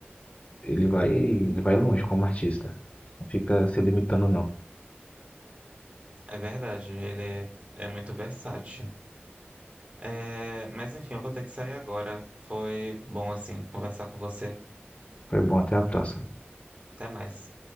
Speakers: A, on the left; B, on the right.
A: Ele vai, ele vai longe como artista. Não fica se limitando, não.
B: É verdade, ele é, é muito versátil. É, mas enfim, eu vou ter que sair agora. Foi bom assim conversar com você.
A: Foi bom, até a próxima.
B: Até mais.